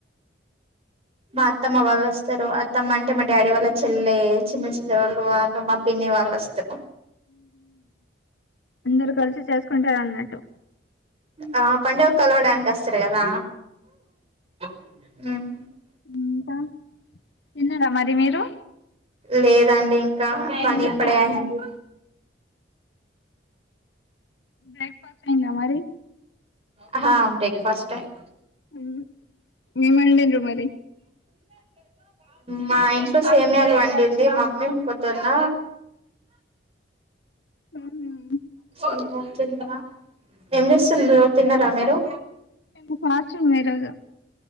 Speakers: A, on the right (about 35°); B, on the left (about 70°).
A: మా అత్తమ్మ వాళ్ళొస్తరు అత్తమ్మ అంటే మా డాడీ వాళ్ళ చెల్లె చిన్న చెల్లె వాళ్ళు వాళ్ళు మ పిన్ని వాళ్ళోస్తరు
B: అందరు కలిసి సేస్కుంటారు అన్నట్టు
A: ఆ పండుగక్ కలవడానికి అస్తరు కదా ఉమ్
B: ఉమ్ ఇంకా తిన్నరా మరి మీరు
A: లేదండి ఇంకా పని
B: ఎందుకు
A: ఇప్పుడే అయిందండి
B: బ్రేక్ ఫాస్ట్ అయిందా మరి
A: అహా ఔట్ ఐన ఫస్ట్ టైమ్
B: మ్ ఏం అండిన్రు మరి
A: మా ఇంట్లో సేమ్యాలు వండింది మమ్మీ పొద్దున్న
B: ఉహూ
A: అన్నం తిన్న ఏం చేస్తున్రు తిన్నారా మీరు
B: మేము ఫాస్టింగ్ ఈరోజు